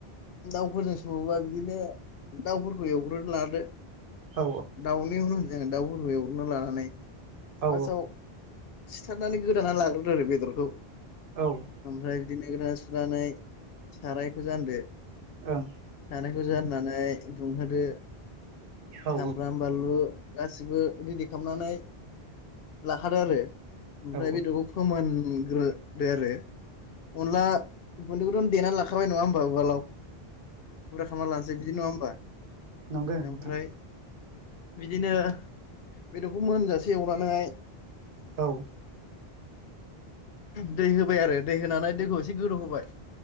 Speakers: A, on the left; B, on the right.
A: दाउफोरजों सङोबा बिदिनो दाउफोरखौ एवग्रो लादो
B: ओ औ
A: दाउनि उन उन जों दाउफोरखौ एवग्रोना लानानै
B: औ
A: पासाव सिथारनानै गोदाना लाग्रोदो आरो बेदरखौ
B: औ ओं
A: ओमफ्राय बिदिनो गोरना सुनानै सारायखौ जानदो।
B: ओं
A: सारायखौ जाननानै दुंहोदो
B: औ
A: सामब्राम बानलु गासिबो रेडि खामनानै लाखादो आरो ओमफ्राय
B: औ
A: बेदरखौ फोमोन ओम ग्रोदो आरो। अनला गुन्दैखौथ' देनानै लाखाबाय नङा होमबा उवालाव? पुरा खालामना लानोसै बिदि नङा होमबा?
B: नंदो
A: ओमफ्राय
B: नोंथां
A: बिदिनो बेदरखौ मोनजासे एवनानै
B: औ
A: दै होबाय आरो दै होनानै दैखौ एसे गोदौ होबाय